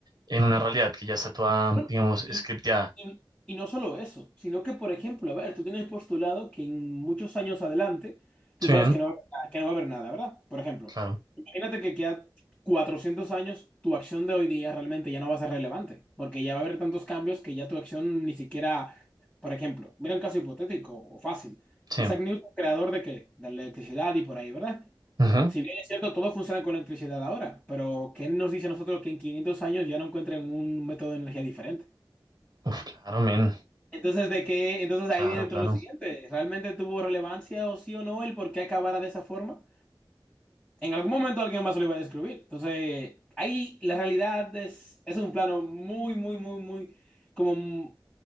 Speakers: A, on the right (about 50°); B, in the centre.
A: en una realidad que ya está toda,
B: No,
A: digamos,
B: Y,
A: scripteada?
B: y- y no solo eso, sino que, por ejemplo, a ver, tú tienes postulado que en muchos años adelante, tú
A: Sí,
B: sabes que no va a haber nada, que no va a haber nada, ¿verdad? Por ejemplo,
A: claro,
B: imagínate que queda 400 años, tu acción de hoy día realmente ya no va a ser relevante, porque ya va a haber tantos cambios que ya tu acción ni siquiera, por ejemplo, mira un caso hipotético o fácil.
A: sí.
B: Isaac Newton, creador de qué? De la electricidad y por ahí, ¿verdad?
A: ujú.
B: Si bien es cierto, todo funciona con electricidad ahora, pero ¿qué nos dice a nosotros que en 500 años ya no encuentren un método de energía diferente?
A: Uf, claro, men,
B: Entonces, ¿de qué? Entonces
A: claro,
B: ahí dentro
A: claro,
B: lo siguiente, ¿realmente tuvo relevancia o sí o no el por qué acabara de esa forma? En algún momento alguien más lo iba a describir. Entonces, ahí la realidad es, es un plano muy, muy, muy, muy, como,